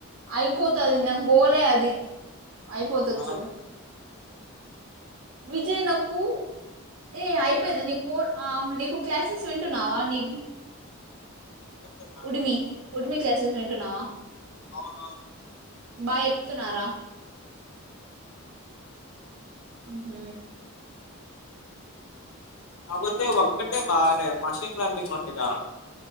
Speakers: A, on the right; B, on the left.
A: అయిపోతది నా గోలే అది. అయిపోతది
B: ఆ
A: చూడు. విజయ్ నాకు, ఏ అయిపోయింది నీ కోడ్ నీకు ఆ నీకు క్లాసెస్ వింటున్నావా నీ
B: వింటున్నా.
A: ఉడిమి ఉడిమి క్లాసెస్ వింటున్నావా?
B: అవును
A: బా చెప్తున్నారా? ఉమ్
B: కాతే ఒక్కటే బాగా మషిన్ లర్నింగ్ ఉందిగా